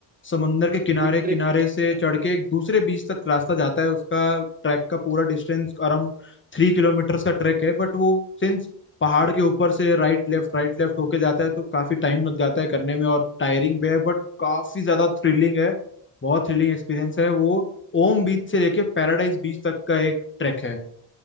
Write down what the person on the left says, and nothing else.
समंदर के किनारे
किनारे
से
चढ़ के एक दूसरे बीच तक रास्ता जाता है उसका ट्रैक का पूरा डिस्टेंस अराउंड थ्री किलोमीटर का ट्रैक है बट वो सिंस पहाड़ के ऊपर से राइट लेफ्ट राइट लेफ्ट होके जाता है तो काफी टाइम लग जाता है करने में और टायरिंग भी है बट काफी ज्यादा थ्रिलिंग है बहुत थ्रिलिंग एक्सपीरियंस है वो ओम बीच से लेके पैराडाइज बीच तक का एक ट्रैक है